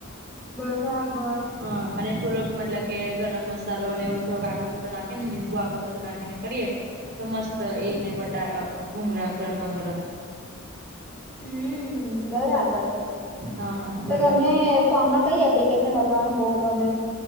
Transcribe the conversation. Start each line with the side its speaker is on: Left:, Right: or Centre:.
Centre: બરાબર.
Right: હા અને થોડોક મતલબ કે ગરમ મસાલો અને એવ થોક કાગળ નાખી ને લીંબુ આગળપત્તો નાખીને કરીએ તો મસ્ત એ ને બટા અહ ભૂંગરા ગરમમાં ગરમ
Centre: હમ્મ બરાબર.
Right: હા હા
Centre: તો
Right: બરાબર
Centre: તમને ફોનમાં કઈ એપ્લિકેશન વાપરવાનું બહુ ગમે?